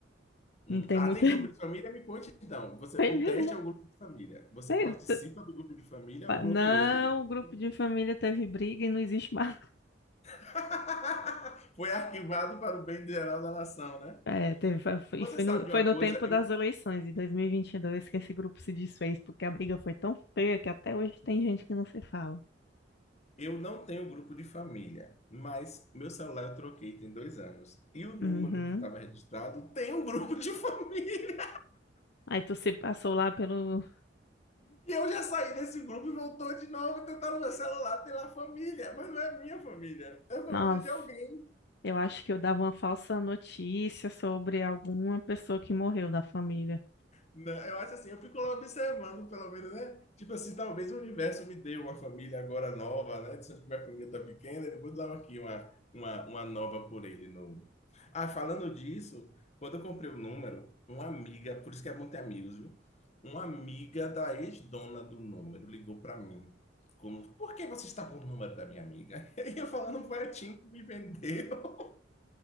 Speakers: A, on the left; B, on the left.
A: Hum.
B: não tem
A: Ah,
B: muita.
A: tem grupo de família? Me conte então.
B: <laughs>
A: Você,
B: teve,
A: o teste
B: né?
A: é o grupo de família. Você
B: Tem-
A: participa
B: t-
A: do grupo de família
B: pa-
A: ou bloqueou
B: Não,
A: seu grupo de
B: o grupo
A: família?
B: de família teve briga e não existe mais.
A: <laughs> Foi arquivado para o bem geral da nação, né?
B: É, teve, fa- foi-
A: Você
B: e foi
A: sabe
B: no,
A: de
B: foi
A: uma
B: no
A: coisa?
B: tempo das
A: Eu,
B: eleições, em 2022, que esse grupo se desfez, porque a briga foi tão feia que até hoje tem gente que não se fala.
A: eu não tenho grupo de família, mas meu celular eu troquei tem dois anos. E o número
B: Uhum.
A: que estava registrado tem um grupo de <laughs> família.
B: Aí tu se passou lá pelo.
A: E eu já saí desse grupo e voltou de novo tentando meu celular, tem lá família, mas não é minha família, é a família
B: Nossa,
A: de alguém.
B: eu acho que eu dava uma falsa notícia sobre alguma pessoa que morreu da família.
A: Não, eu acho assim, eu fico lá observando, pelo menos, né? Tipo assim, talvez o universo me dê uma família agora nova, né? Sendo que minha família tá pequena, eu vou dar aqui uma, uma, uma nova por ele novo. Ah, falando disso, quando eu comprei o número, uma amiga, por isso que é bom ter amigos, viu? Uma amiga da ex-dona do número ligou para mim. Como, por que você está com o número da minha amiga? <laughs> E eu falando, foi a Tim que me vendeu.